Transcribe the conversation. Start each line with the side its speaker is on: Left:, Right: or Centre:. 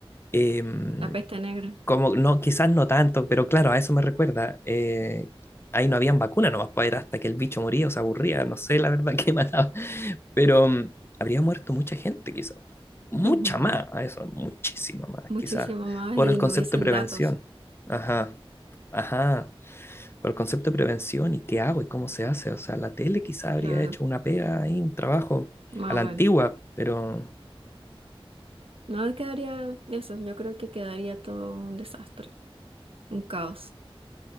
Left: em,
Right: la peste negra.
Left: Como, no, quizás no tanto, pero claro, a eso me recuerda. eh, ahí no habían vacuna nomás para era hasta que el bicho moría o se aburría, no sé la verdad <laughs> qué mataba. Pero mm, habría muerto mucha gente, quizás. Mucha
Right: Ujú.
Left: más, a eso, muchísima más,
Right: muchísimo
Left: quizás.
Right: más
Left: Por
Right: y
Left: el concepto
Right: no hubiesen
Left: de prevención.
Right: datos,
Left: Ajá, ajá. Por el concepto de prevención y qué hago y cómo se hace. O sea, la tele quizás habría
Right: claro,
Left: hecho una pega ahí, un trabajo
Right: más
Left: a la
Right: o menos.
Left: antigua, pero
Right: No quedaría eso, yo creo que quedaría todo un desastre, un caos.